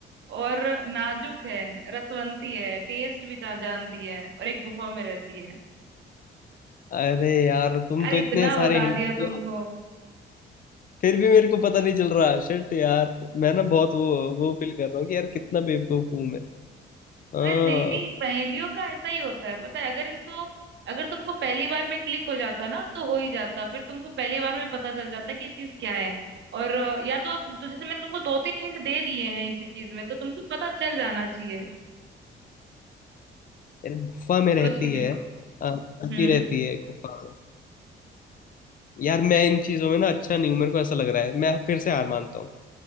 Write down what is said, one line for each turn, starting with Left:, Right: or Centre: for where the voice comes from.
Right: और नाजुक है रसवंती है टेस्ट भी ता- जानती है और एक गुफा में रहती है
Left: अरे यार तुम
Right: अरे
Left: तो इतने
Right: इतना
Left: सारे
Right: बता
Left: हिंट
Right: दिया
Left: दिए।
Right: तुमको
Left: फिर भी मेरे को पता नहीं चल रहा शिट यार मैं ना बहुत वो वो फील कर रहा हूँ कि यार कितना बेवकूफ हूँ मैं हाँ
Right: अरे नहीं नहीं पहेलियों का ऐसा ही होता है पता है अगर इसको अगर तुमको पहली बार में क्लिक हो जाता ना तो हो ही जाता फिर तुमको पहली बार में पता चल जाता कि ये चीज क्या है और अ, या तो अब तो जैसे मैंने तुमको दो तीन हिंट दे दिए हैं इसी चीज में तो तुमको पता चल जाना चाहिए
Left: यार गुफा में
Right: सोच
Left: रहती
Right: के
Left: है
Right: देखो
Left: हाँ, चलती
Right: हम्म
Left: रहती है गुफा में। यार मैं इन चीजों में ना अच्छा नहीं हूँ मेरे को ऐसा लग रहा है मैं फिर से हार मानता हूँ